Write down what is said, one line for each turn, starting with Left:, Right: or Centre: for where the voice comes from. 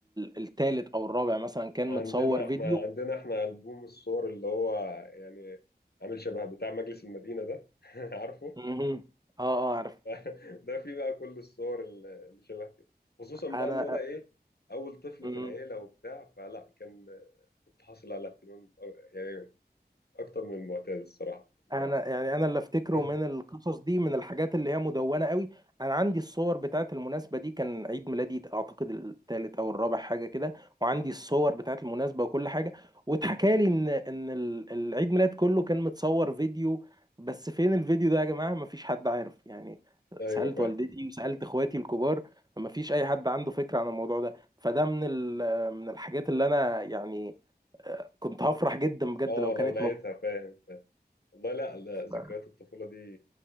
Right: الثالث او الرابع مثلا كان
Left: عندنا
Right: متصور
Left: احنا
Right: فيديو
Left: عندنا احنا البوم الصور اللي هو يعني عامل شبه بتاع مجلس المدينه ده <laughs> عارفه
Right: مهم. اه اه عارف
Left: <laughs> ده فيه بقى كل الصور اللي شبه كده خصوصا
Right: انا
Left: بقى ان انا ايه اول طفل
Right: مم.
Left: في العيله وبتاع فلا كان كنت حاصل على اهتمام أ- يعني اكتر من المعتاد الصراحه يعني
Right: انا يعني انا اللي افتكره
Left: <laughs>
Right: من القصص دي من الحاجات اللي هي مدونه قوي انا عندي الصور بتاعت المناسبه دي كان عيد ميلادي اعتقد الثالث او الرابع حاجه كده وعندي الصور بتاعت المناسبه وكل حاجه واتحكى لي ان ان ال- العيد ميلاد كله كان متصور فيديو بس فين الفيديو ده يا جماعه مفيش حد عارف يعني
Left: ايوه
Right: سالت
Left: فاهم
Right: والدتي وسالت اخواتي الكبار مفيش اي حد عنده فكره عن الموضوع ده فده من ال- من الحاجات اللي انا يعني كنت هفرح جدا بجد
Left: اه
Right: لو كانت
Left: لو لقيتها فاهم والله لا لا ذكريات
Right: موجوده
Left: الطفوله دي